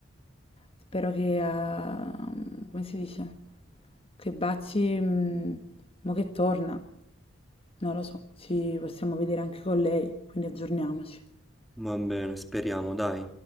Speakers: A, on the left (about 30°); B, in the centre.
A: Spero che, eh, come si dice? Che Bazzi, mm, mo che torna, non lo so, ci possiamo vedere anche con lei, quindi aggiorniamoci.
B: Va bene, speriamo, dai.